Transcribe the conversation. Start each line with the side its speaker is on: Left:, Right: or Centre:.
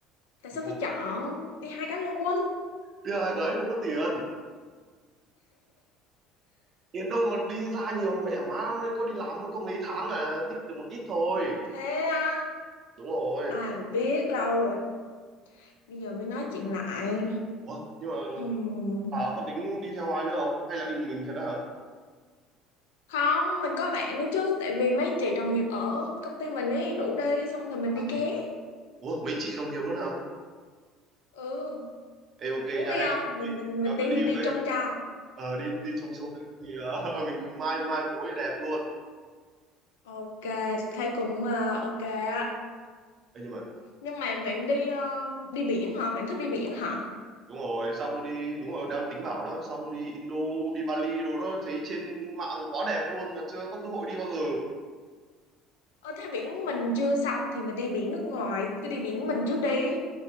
Left: Tại
Right: đi
Left: sao
Right: hai
Left: phải chọn đi hai cái luôn?
Right: đi hai cái không có tiền tiền đâu mà đi ra nhiều vậy hả má mới có đi làm mới có mấy tháng là tích được một ít thôi
Left: Thế à,
Right: đúng rồi
Left: ai mà biết lâu rồi bây giờ mới nói chuyện lại
Right: ủa nhưng mà
Left: Ừm,
Right: bà có tính đi theo ai nữa không hay là đi mình thật đó hả
Left: không mình có bạn nữa chứ tại vì mấy chị đồng nghiệp ở công ty mình ấy rủ đi xong rồi mình đi
Right: à,
Left: ké
Right: ủa mấy chị đồng nghiệp luôn hả
Left: ừ
Right: Ê, ok
Left: muốn
Right: nha
Left: đi
Right: hay
Left: không
Right: cho tôi
Left: mình
Right: đi
Left: mình mình
Right: cho
Left: đi
Right: tôi đi
Left: đi
Right: với
Left: chung cho
Right: ờ đi đi chung xong rồi thì ờ, <laughs> mình mai mai mối đẹp luôn
Left: ok thấy cũng ờ, ok á
Right: Ê, nhưng mà
Left: nhưng mà bạn đi ờ, đi biển hả bạn thích đi biển hả
Right: đúng rồi sao không đi đúng rồi đang tính bảo đó sao không đi Indo đi Bali đồ đó thấy trên mạng quá đẹp luôn mà chưa có cơ hội đi bao giờ
Left: ờ thế biển mình chưa xong thì mình đi biển nước ngoài cứ đi biển mình trước đi